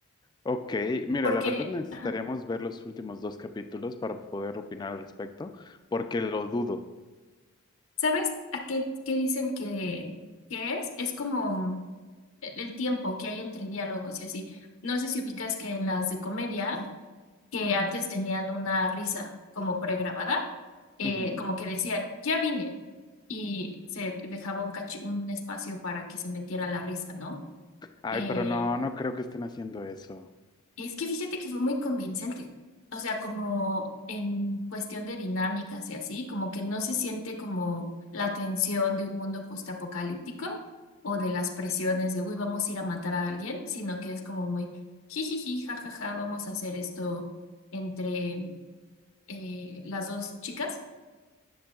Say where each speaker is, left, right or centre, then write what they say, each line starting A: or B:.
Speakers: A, on the left (about 20°); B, on the left (about 70°).
A: ok, mira,
B: porque,
A: la verdad necesitaríamos
B: ajá,
A: ver los últimos dos capítulos para poder opinar al respecto, porque lo dudo.
B: ¿sabes a qué, qué dicen que, que es? Es como el el tiempo que hay entre diálogos y así. No sé si ubicas que en las de comedia, que antes tenían una risa como pregrabada, eh,
A: Ujú.
B: como que decían, ya vine, y se dejaba un, cachi- un espacio para que se metiera la risa, ¿no?
A: Ay,
B: Eh,
A: pero no, no creo que estén haciendo eso.
B: Es que fíjate que fue muy convincente. O sea, como en cuestión de dinámicas y así, como que no se siente como la tensión de un mundo postapocalíptico o de las presiones de, uy, vamos a ir a matar a alguien, sino que es como muy jijiji, jajaja, vamos a hacer esto entre eh, las dos chicas.